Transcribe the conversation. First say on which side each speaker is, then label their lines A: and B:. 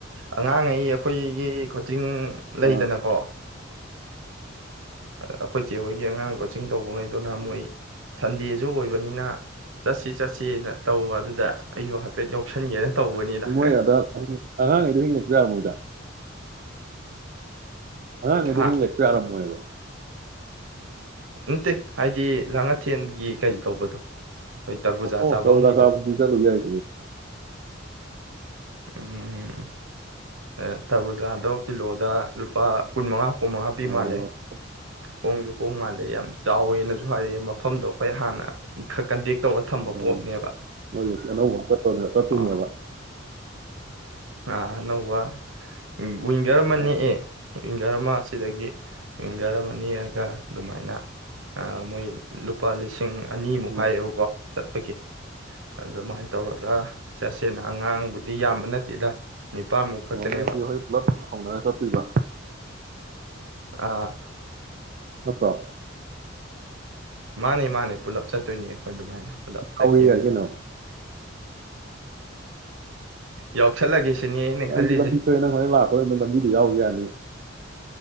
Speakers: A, on the right (about 80°); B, on the right (about 45°).
A: ꯑꯉꯥꯡꯉꯩ ꯑꯩꯈꯣꯏꯒꯤ ꯀꯣꯆꯤꯡ ꯂꯩꯗꯅꯀꯣ
B: ꯑꯥ
A: ꯑꯩꯈꯣꯏ ꯆꯦ ꯍꯣꯏꯒꯤ ꯑꯉꯥꯡ ꯀꯣꯆꯤꯡ ꯇꯧꯕꯉꯩ ꯑꯗꯨꯅ ꯃꯣꯏ ꯁꯟꯗꯦ ꯖ ꯑꯣꯏꯕꯅꯤꯅ ꯆꯠꯁꯤ ꯆꯠꯁꯤ ꯍꯥꯏꯅ ꯇꯧꯕ ꯗ ꯑꯩꯁꯨ ꯍꯥꯏꯐꯦꯠ ꯌꯥꯎꯁꯟꯒꯦꯅ ꯇꯧꯕꯅꯤꯗ
B: ꯃꯣꯏ ꯑꯗ ꯑꯉꯥꯡꯉꯩꯗꯣ ꯍꯤꯡꯂꯛꯄ ꯌꯥꯔꯝꯃꯣꯏꯗ ꯍꯥꯡ ꯏꯗ
A: ꯍꯥ
B: ꯍꯤꯡ ꯂꯄꯤ ꯑꯔꯝ ꯑꯣꯏꯕ
A: ꯅꯠꯇꯦ ꯍꯥꯏꯗꯤ ꯂꯥꯡ ꯑꯊꯦꯟꯒꯤ ꯀꯔꯤ ꯇꯧꯕꯗꯣ ꯑꯩꯈꯣꯏ ꯇꯔꯕꯨꯖꯥ
B: ꯑꯣ
A: ꯆꯥꯐꯝꯒꯤꯗꯣ
B: ꯆꯧꯗꯁꯕꯗꯤ ꯆꯂ ꯌꯥꯏ
A: ꯎꯝ ꯎꯝ ꯊꯕꯨꯖꯥꯗꯣ ꯀꯤꯂꯣꯗ ꯂꯨꯄꯥ ꯀꯨꯟꯃꯉꯥ ꯀꯨꯟꯃꯉꯥ ꯄꯤ
B: ꯑꯣ
A: ꯃꯥꯜꯂꯦ ꯍꯣꯡꯁꯨ ꯍꯣꯡ ꯃꯥꯜꯂꯦ ꯌꯥꯝ ꯆꯥꯎꯋꯦꯅꯁꯨ ꯍꯥꯏꯔꯛꯑꯌꯦ ꯃꯐꯝꯗꯣ ꯑꯩꯈꯣꯏ ꯍꯥꯟꯅ ꯀꯟꯇꯦꯛ ꯇꯧꯔ ꯊꯝꯕ
B: ꯑꯣ
A: ꯄꯣꯠꯅꯦꯕ
B: ꯅꯣꯏ ꯉꯁꯤ ꯑꯅꯧꯕ ꯑꯃ ꯆꯠꯇꯣꯏꯅꯦ ꯆꯠꯇꯣꯏꯅꯦꯕ
A: ꯑ ꯑ ꯑꯅꯧꯕ ꯋꯤꯡꯒꯔ ꯑꯃ ꯅꯦꯛꯑꯦ
B: ꯑꯥ
A: ꯄꯌꯥꯔ ꯑꯃ ꯑꯁꯤꯗꯒꯤ ꯌꯥꯔꯝꯃꯅꯤꯔꯒ ꯑꯗꯨꯃꯥꯏꯅ ꯃꯣꯏ ꯂꯨꯄꯥ ꯂꯤꯁꯤꯡ ꯑꯅꯤꯃꯨꯛ
B: ꯑꯥ
A: ꯍꯥꯏꯌꯦꯕꯀꯣ ꯇꯀꯤꯦ ꯑꯗꯨꯃꯥꯏꯅ ꯇꯧꯔꯒ ꯆꯠꯁꯦꯅ ꯑꯉꯥꯡꯕꯨꯗꯤ ꯌꯥꯝꯕ ꯅꯠꯇꯦꯗ ꯅꯤꯄꯥꯥꯟꯃꯨꯛ ꯈꯛꯇꯅꯦꯕ
B: ꯑꯣ ꯅꯣꯏ ꯆꯦ ꯍꯣꯏ ꯄꯨꯂꯞ ꯍꯧꯅꯔ ꯆꯠꯇꯣꯏꯕ
A: ꯑꯥ
B: ꯃꯠꯇ꯭ꯔꯣ
A: ꯃꯥꯅꯦ ꯃꯥꯅꯦ ꯄꯨꯂꯞ ꯆꯠꯇꯣꯏꯅꯦ ꯑꯩꯈꯣꯏ ꯑꯗꯨꯃꯥꯏꯅ ꯄꯨꯂꯞ
B: ꯌꯥꯎꯋꯦ
A: ꯆꯠꯀꯦꯅ
B: ꯌꯥꯏ ꯀꯩꯅꯣ
A: ꯇꯧꯔꯤ ꯌꯥꯎꯁꯜꯂꯒꯦ ꯁꯤꯅꯤ ꯑꯩꯅ ꯈꯜꯂꯤꯁꯦ
B: ꯑꯩꯁꯨ ꯂꯝꯕꯤ ꯊꯣꯛꯑꯦꯅ ꯍꯣꯔꯅ ꯂꯥꯛꯄꯗ ꯑꯗꯨꯅ ꯂꯝꯕꯤꯗ ꯌꯥꯎꯈꯤ ꯌꯥꯅꯤ